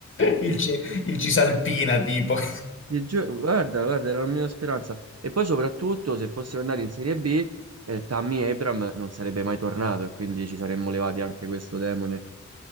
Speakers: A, on the left; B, on the right.
A: Il,
B: Sì, sì.
A: ci- il Cisalpina, tipo. <laughs>
B: Ti giuro, Guarda, guarda, era la mia speranza. E poi soprattutto se fossimo andati in Serie B, eh, Tammy Abraham non sarebbe mai tornato e quindi ci saremmo levati anche questo demone.